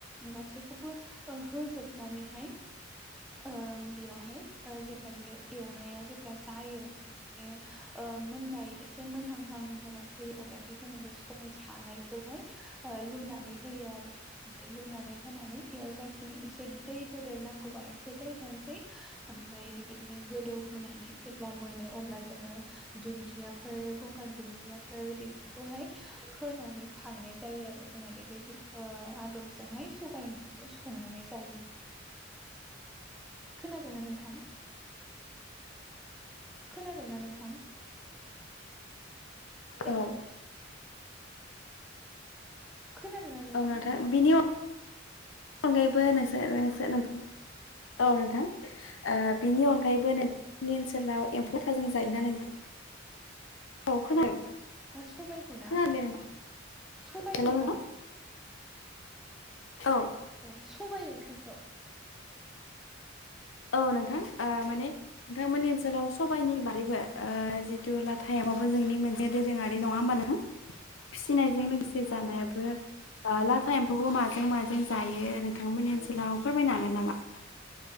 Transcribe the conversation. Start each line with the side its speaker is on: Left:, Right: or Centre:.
Centre: गासैखौबो ओ होजोबनानैहाय ओ बेयावहाय ओ जेब्ला बियो एवनाया जेब्ला जायो एसे ओ मोननाय एसे मोनहांहां महराव फैयो अब्लाथाय जोङो बे सबाय सानायखौहाय ओ लु नानै होयो आरो ओमफाय लुनानै होनानै बेयाव जाखिनि एसे दै होदेर नांगौबा ए से दै होनोसै ओमफ्राय बेबायदिनो गोदौ होनानै जेब्ला मोनो अब्ला जोङो दुन्दियाफोर गंगार दुन्दियाफोर बेफोरखौहाय होनानै खांनाय जायो आरो जों जोंना बेबायदि ओ आदबजोंहाय सबाय ओंख्रिखौ संनानै जायो। खोनादों ना नोंथां? खोनादों ना नोंथां? हेलौ
Left: औ।
Centre: खोनादों ना नोंथां?
Left: औ बिनि अनगायैबो नोंसोर नोंसोर नोंथां औ नोंथां। ओ बिनि अनगायैबो नों नि ओनसोलाव एम्फौ लाथाजों जायो ना नोंथां? औ खोनादों।
Centre: ओ सबायखौ ना
Left: खोनादों
Centre: सबायखौ
Left: हेलौ
Centre: नामा
Left: नोंथां। औ
Centre: ओ सबाय ओंख्रिखौ
Left: औ नोंथां ओ माने नोंथांमोननि ओनसोलाव सबाइनि बारैबो ओ जि थु लाथायाबो जोंनि मोनसे दोरोङारि नङा होमबा नोंथां फिसिनाय मोनसे जानायाबो
Centre: औ
Left: ओ लाथा एम्फौखौ माजों माजों जायो दा नोंथांमोननि ओनसोलाव फोरमायनो हागोन नामा?